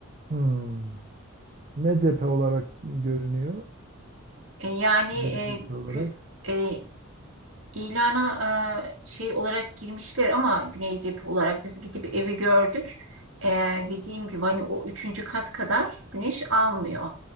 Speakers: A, on the right; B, on the right.
A: Hmm. Ne cephe olarak görünüyor?
B: E, yani e,
A: Cephe olarak.
B: gü- e, İlana e, şey olarak girmişler ama Güney Cephe olarak biz gidip evi gördük. E, dediğim gibi hani o üçüncü kat kadar güneş almıyor.